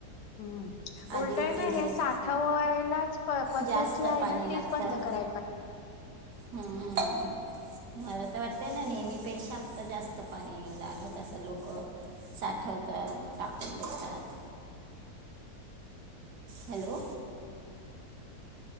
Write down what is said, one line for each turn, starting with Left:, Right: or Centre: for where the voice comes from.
Left: हम्म
Right: आधी
Left: उलटाय
Right: डिझेल
Left: ना हे साठवायलाच पद्धत
Right: जास्त
Left: जी आहे
Right: पाणी
Left: ना तीच
Right: लागतं
Left: बंद करायला पाहिजे
Right: हम्म मला तर वाटतय ना नेहमीपेक्षा आता जास्त पाणी लागत असं लोक साठवतात टाकून देतात हॅलो